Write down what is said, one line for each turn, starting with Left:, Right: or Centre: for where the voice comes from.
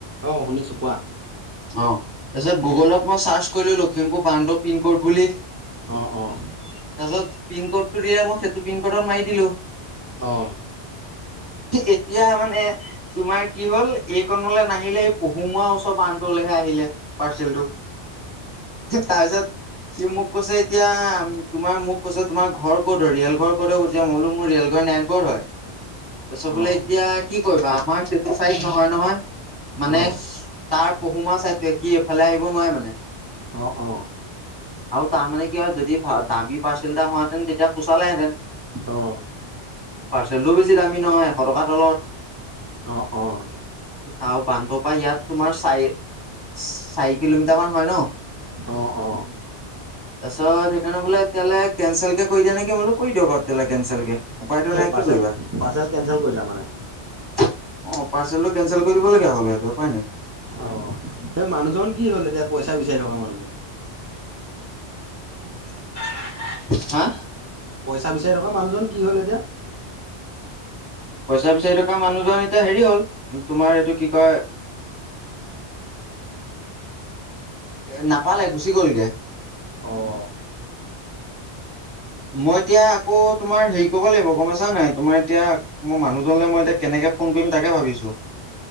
Right: অ', শুনিছো কোৱা
Left: অ', তাৰপিছত গুগলত মই চাৰ্চ কৰিলো লখিমপুৰ প্ৰানড পিনক'ড বুলি। তাৰপিছত
Right: অ', অ',
Left: পিন ক'ডটো দিলে মোক সেইটো পিন ক'ডৰ মাৰি দিলো।
Right: আহ।
Left: এতিয়া মানে তোমাৰ কি হ'ল এইকণলে নাহিলে সেই পঢহুমোৱাৰ ওচৰ আনটোলৈহে আহিলে। পাৰ্চেলটো তাৰপিছত সি মোক কৈছে এতিয়া আমি তোমাৰ মোক কৈছে তোমাৰ ঘৰ ক'ত ৰিয়েল ঘৰ ক'ত যে মইো মোৰ ৰেল ঘৰ নাৰায়ণপুৰত হয়
Right: <inaudible>
Left: তাৰ চব বোলে
Right: অ',
Left: এতিয়া কি কৰিবা আমাৰ চেটচাইড নহয় নহয় মানে
Right: অ',
Left: তাৰ পহুমা চাই সি এইফালে আহিব নোৱাৰে মানে।
Right: অ', অ'।
Left: আৰু তাৰমানে কি হয় যদি দামী পাৰ্চেল এটা হহেতেন তেতিয়া পোচালেঁতেন।
Right: অ'।
Left: পাৰ্চেলটোও বেছি দামী নহয় এশ টকাৰ তলত।
Right: অ', অ'।
Left: আৰু বানটোৰ পৰাা ইয়াত তোমাৰ চাৰি চাৰি কিলোমিটাৰ মান হয় ন।
Right: অ', অ'।
Left: তাৰ পিছত সেইকাৰণে বলেতিয়াহাল কেঞ্চেল কে কৰি দিয়া নেকি বো কৰি দিয়ক তেতিয়াললে কেনচেল কে উপায়টো
Right: সেই
Left: নাই
Right: পাৰ্চেল
Left: কি কৰিবা।
Right: পাৰ্চেল কেনচেল কৰিলা মানে
Left: অ', পাৰ্চেলটো কেচেল কৰি দিব লগীয়া হ'ল সটো উপাই নাই।
Right: অ', সেই মানুহজন কি হ'ল এতিয়া পইচা বিচাৰি থকা মানুহজন? <inaudible>
Left: হা?
Right: পইচা বিচাৰি থকা মানুহজন কি হ'ল এতিয়া
Left: পইচা বিচাৰি থকা মানুহজন এতিয়া হেৰি হ'ল তোমাৰ এইটো কি কয় এ নাপালে গুচি গ'লগে।
Right: অ'।
Left: মই এতিয়া আকৌ তোমাৰ হেৰি কব লাগিব গম পাইছা নাই তোমাৰ এতিয়া মই মানুহজনলৈ মই এতিয়া কেনেকে ফোন কৰিম তাকে ভাবিছো।